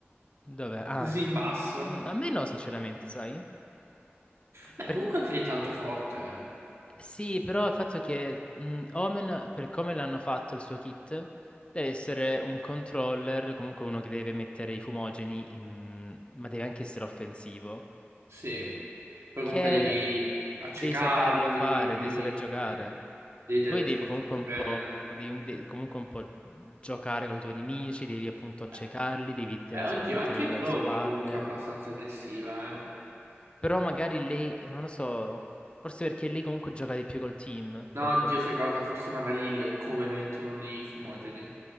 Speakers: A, on the left; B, on the right.
A: Dov'è? Ah,
B: così in basso.
A: mm, a me no, sinceramente, sai?
B: Beh,
A: Per-
B: comunque alla fine è tanto forte, eh.
A: Sì, però il fatto che mm, Omen, per come l'hanno fatto il suo kit, deve essere un controller, comunque uno che deve mettere i fumogeni, in- ma deve anche essere offensivo,
B: Sì. Poi
A: che
B: comunque devi accecarli,
A: devi saperlo fare,
B: devi...
A: devi saper giocare.
B: sì, Devi teletrasportarti
A: Lui devi comunque un
B: bene.
A: po', devi un- de- comunque un po' giocare con i tuoi nemici, devi appunto accecarli,
B: Beh,
A: devi trasportarti
B: Beh, oddio, anche
A: alle loro
B: Clove
A: spalle.
B: comunque è abbastanza aggressiva, eh.
A: Però magari lei, non lo so, forse perché lei comunque gioca di più col team. Col
B: No, oddio,
A: co-
B: sai cosa? Forse magari il come mettono lì i fumogeni.